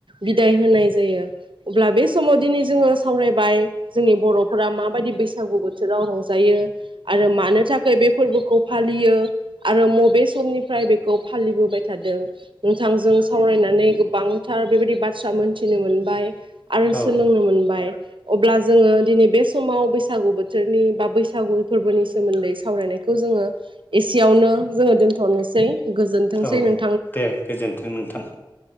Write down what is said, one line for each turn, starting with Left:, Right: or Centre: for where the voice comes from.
Right: बिदाय होनाय जायो अब्ला बे समाव दिनै जोङो सावरायबाय जोंनि बरफोरा माबायदि बैसागु बोथोराव रंजायो आरो मानो थाखाय बे फोरबोखौ फालियो आरो मबे समनिफ्राय बे खौ फालि थादों नोंथांजों सावरायनानै गोबांथार बेबायदि बाथ्रा मोनथिनो मोन बाय आरो
Left: औ
Right: सोलोंनो मोनबाय अब्ला जोङो दिनै बे समाव बैसागु बोथोरनि बा बैसागु फोरबोनि सोमोन्दै सावरायनायखौ जोङो एसेयावनो जोङो दोनथनोसै गोजोन्थोंसै
Left: औ
Right: नों
Left: दे गोजोन्थों नोंथां